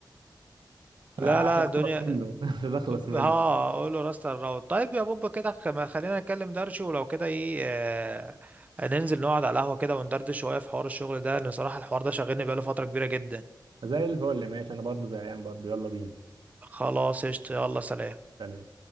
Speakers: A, on the right; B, on the right.
A: لا
B: عشان
A: لا الدنيا
B: اخلص منه <laughs> عشان اخلص منه
A: ها اقول له راست الراوت طيب يا بوبا كده خم- خلينا نكلم درشو ولو كده ايه آه، ننزل نقعد على القهوة كده وندردش شوية في حوار الشغل ده لان صراحة الحوار ده شاغلني بقاله فترة كبيرة جدا
B: زي الفل ماشي انا برضو زهقان برضو يلا بينا
A: خلاص قشطة يلا سلام
B: سلام